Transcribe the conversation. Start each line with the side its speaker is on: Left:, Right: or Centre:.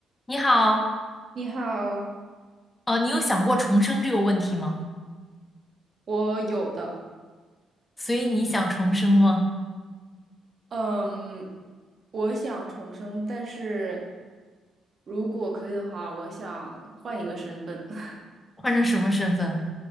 Left: 你好，
Right: 你好，
Left: 呃，你有想过重生这个问题吗？
Right: 我有的，
Left: 所以你想重生吗？
Right: 嗯，我想重生，但是如果可以的话，我想换一个身份，<laughs>
Left: 换成什么身份